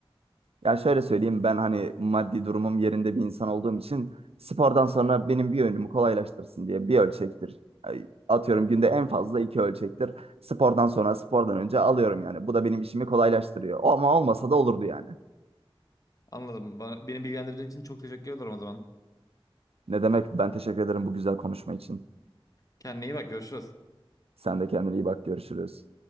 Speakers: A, on the right; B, on the left.
A: Ya şöyle söyleyeyim ben hani maddi durumum yerinde bir insan olduğum için spordan sonra benim bir önümü kolaylaştırsın diye bir ölçektir. Ay, Atıyorum günde en fazla iki ölçektir. Spordan sonra spordan önce alıyorum yani. Bu da benim işimi kolaylaştırıyor. Ama olmasa da olurdu yani.
B: Anladım. Bana, beni bilgilendirdiğin için çok teşekkür ederim o zaman.
A: Ne demek ben teşekkür ederim bu güzel konuşma için.
B: Kendine iyi bak görüşürüz.
A: Sen de kendine iyi bak görüşürüz.